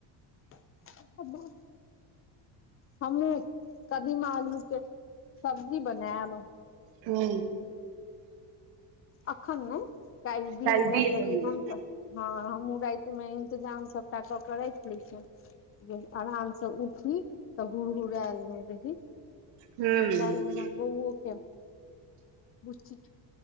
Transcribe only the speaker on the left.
<unintelligible> हमहु कदीमा अलू के सब्जी बनेब
अखन नय कल्हि दिन
ले कियाकि
हम हँ हमहुॅं राति मे इंतजाम सबटा क के राखि लै छियनि जे आराम से उठी तऽ हुरहुरलि नै रही
काल्हि हमर बौओ के बुच्ची